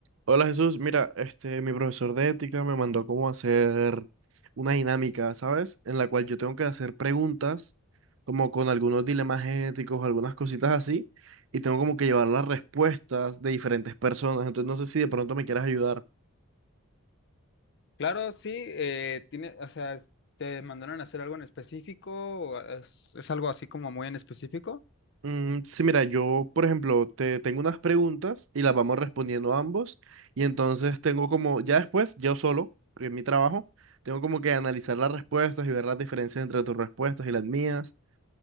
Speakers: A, on the right (about 60°); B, on the left (about 50°).
A: Hola Jesús, mira, este, mi profesor de ética me mandó cómo hacer una dinámica, ¿sabes? En la cual yo tengo que hacer preguntas, como con algunos dilemas éticos, algunas cositas así, y tengo como que llevar las respuestas de diferentes personas. Entonces no sé si de pronto me quieras ayudar.
B: Claro, sí, eh, tiene, o sea, es- ¿te mandaron a hacer algo en específico? ¿O ¿Es, es algo así como muy en específico?
A: Mm, sí, mira, yo, por ejemplo, te tengo unas preguntas y las vamos respondiendo ambos, y entonces tengo como, ya después, yo solo, porque es mi trabajo, tengo como que analizar las respuestas y ver las diferencias entre tus respuestas y las mías.